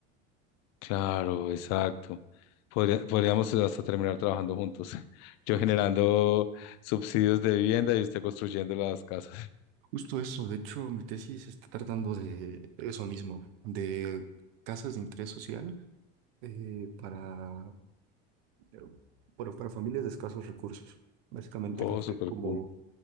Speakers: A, on the left; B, on the right.
A: Claro, exacto. Podría- podríamos hasta terminar trabajando juntos. <laughs> Yo
B: Exacto,
A: generando
B: exacto.
A: subsidios de vivienda y usted construyendo las casas. <laughs>
B: Justo eso, de hecho, mi tesis está tratando de eso mismo, de casas de interés social eh, para, eh, bueno, para familias de escasos recursos. Básicamente
A: Oh,
B: construir
A: súper
B: como
A: cool.